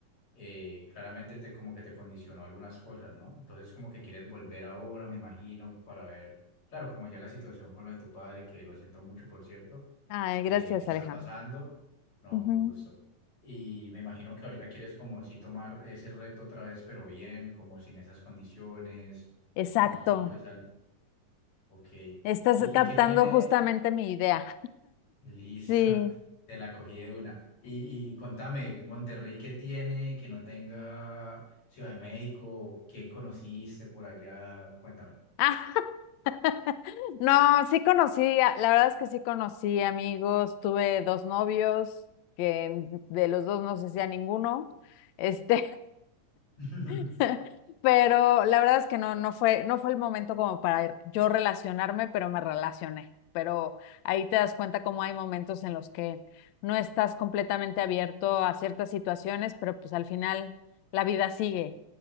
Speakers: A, on the left; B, on the left.
A: eh, claramente te, como que te condicionó algunas cosas, ¿no? Entonces como que quieres volver ahora, me imagino, para ver, claro, como ya la situación con lo de tu padre, que lo siento mucho, por cierto.
B: Ay,
A: eh,
B: gracias,
A: está
B: Alejandro.
A: pasando. No,
B: Ujú.
A: con gusto. Y me imagino que ahorita quieres como sí tomar ese reto otra vez, pero bien, como sin esas condiciones.
B: Exacto.
A: Y, y pues, al, ok. ¿Y,
B: Estás
A: y
B: captando
A: qué tiene?
B: justamente mi idea.
A: Lista,
B: Sí.
A: <laughs> te la cogí de una. Y, y contame, Monterrey, ¿qué tiene que no tenga Ciudad de México? ¿Quién conociste por allá? Cuéntame.
B: Ah, <laughs> no, sí conocí, a- la verdad es que sí conocí amigos, tuve dos novios, que de los dos no se hacía ninguno. Este,
A: <laughs>
B: <laughs> Pero la verdad es que no, no fue, no fue el momento como para yo relacionarme, pero me relacioné. Pero ahí te das cuenta cómo hay momentos en los que no estás completamente abierto a ciertas situaciones, pero pues al final la vida sigue.